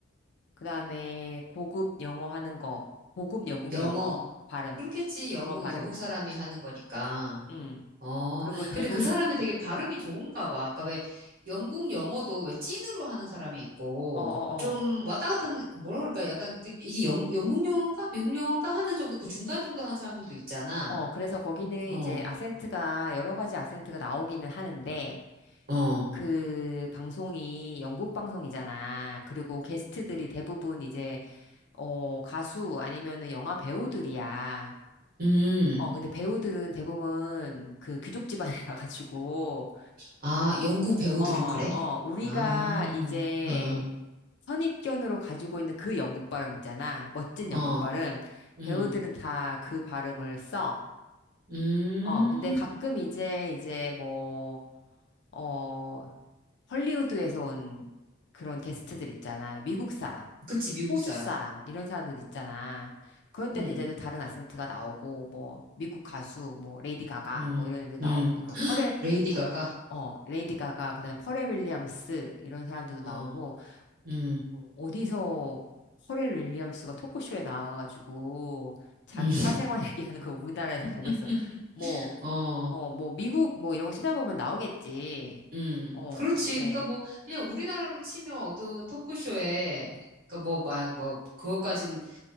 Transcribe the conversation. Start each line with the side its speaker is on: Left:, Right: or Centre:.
Left: 그 다음에 고급 영어 하는 거, 고급 영국
Right: 영어.
Left: 영어, 발음,
Right: 그렇겠지. 영국,
Left: 영어 발음.
Right: 영국 사람이 하는 거니까.
Left: 음.
Right: 어.
Left: 그리고 대부분,
Right: 근데 그 사람이 되게 발음이
Left: 음.
Right: 좋은가 봐. 그러니까 왜 영국 영어도 왜 찐으로 하는 사람이 있고
Left: 어, 어,
Right: 좀
Left: 어.
Right: 왔다 갔다 하는, 그 뭐라 그럴까? 약간 그 이게 영, 영국 영어인가? 미국 영어인가? 하는 정도 그 중간 정도 하는 사람들도 있잖아.
Left: 어, 그래서 거기는
Right: 어,
Left: 이제 악센트가, 여러 가지 악센트가 나오기는 하는데,
Right: 어.
Left: 그 방송이 영국 방송이잖아. 그리고 게스트들이 대부분 이제 어, 가수 아니면은 영화 배우들이야.
Right: 음.
Left: 어, 근데 배우들은 대부분 그 귀족 집안에 <laughs> 가가지고,
Right: 아, 영국 배우들은
Left: 어, 어,
Right: 그래?
Left: 우리가
Right: 아,
Left: 이제
Right: 어,
Left: 선입견으로 가지고 있는 그 영국 발음 있잖아. 멋진
Right: 어.
Left: 영국 발음.
Right: 음,
Left: 배우들은 다 그 발음을 써.
Right: 음.
Left: 어, 근데 가끔 이제, 이제 뭐, 어, 헐리우드에서 온 그런 게스트들 있잖아. 미국 사람,
Right: 그치, 미국
Left: 호주
Right: 사람.
Left: 사람, 이런 사람들 있잖아. 그런 때는
Right: 음.
Left: 이제 또 다른 악센트가 나오고, 뭐, 미국 가수, 뭐, 레이디 가가,
Right: 음,
Left: 뭐, 이런 애들 나오면,
Right: 음,
Left: 그리고 펄에,
Right: 레이디 가가,
Left: 어, 레이디 가가, 그 다음에 펄에 윌리엄스, 이런 사람들도 나오고,
Right: 어, 음,
Left: 뭐 어디서 퍼렐 윌리엄스가 토크쇼에 나와가지고 자기
Right: 음,
Left: 사생활 <laughs> 얘기하는 거 우리나라에서 보겠어.
Right: <laughs>
Left: 뭐,
Right: 어,
Left: 어, 뭐 미국 뭐 이런 거 찾아보면 나오겠지.
Right: 음,
Left: 어,
Right: 그렇지.
Left: 근데,
Right: 그러니까 뭐, 그냥 우리나라로 치면 어떤 토크쇼에, 그러니까 뭐, 막, 뭐, 그것까진,